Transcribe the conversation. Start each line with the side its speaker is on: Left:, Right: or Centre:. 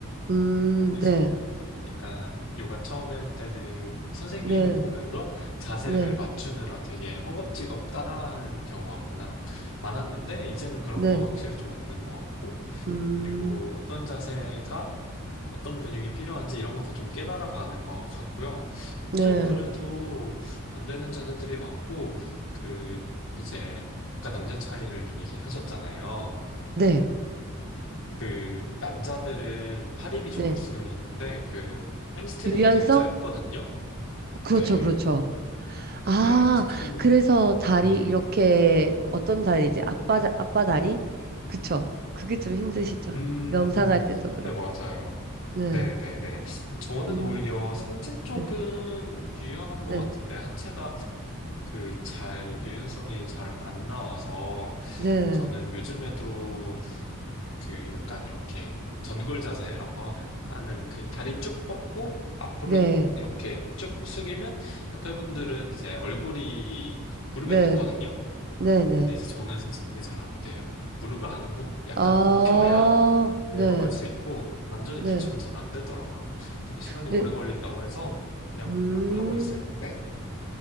Right: 음,
Left: 그래서
Right: 네,
Left: 약간 요가 처음에 할 때는 선생님
Right: 네,
Left: 보면서 자세를
Right: 네,
Left: 맞추느라 되게 허겁지겁 따라하는 경우가 많아, 많았는데, 이제는 그런
Right: 네,
Left: 건 확실히 좀 없는 것 같고,
Right: 음,
Left: 그리고 어떤 자세가 어떤 근육이 필요한지 이런 것도 좀 깨달아가는 것 같고요.
Right: 네,
Left: 사실 그래도 안 되는 자세들이 많고, 그, 이제, 아까 남녀 차이를 얘기하셨잖아요.
Right: 네,
Left: 그, 남자들은 뭐 팔 힘이 좋을
Right: 네.
Left: 수는 있는데, 그, 햄스트링이
Right: 유연성?
Left: 되게 짧거든요?
Right: 그렇죠,
Left: 네,
Right: 그렇죠. 아,
Left: 네. 특히,
Right: 그래서 다리
Left: 음,
Right: 이렇게 어떤 다리지? 아빠 다- 아빠 다리? 그쵸. 그게 좀 힘드시죠.
Left: 음,
Right: 명상할 때도 그렇고.
Left: 네, 맞아요.
Right: 네,
Left: 네, 네, 네. 저는
Right: 음,
Left: 오히려 상체 쪽은
Right: 네,
Left: 유연한
Right: 네,
Left: 것 같은데, 하체가 그 잘 유연성이 잘 안 나와서
Right: 네,
Left: 저는 요즘에도 그 약간 이렇게 전골 자세라고 하- 하는 그 다리 쭉 뻗고 앞으로
Right: 네,
Left: 이렇게 쭉 숙이면 옆에 분들은 이제 얼굴이 무릎에
Right: 네,
Left: 닿거든요.
Right: 네, 네.
Left: 근데 이제 저는 사실 그게 잘 안 돼요. 무릎을 안 굽, 약간
Right: 아,
Left: 굽혀야 내려갈
Right: 네,
Left: 수 있고 완전히
Right: 네,
Left: 붙이고는 잘 안 되더라고요. 되게 시간이
Right: 네,
Left: 오래 걸린다고 해서 그냥
Right: 음.
Left: 하- 하고 있어요. 네.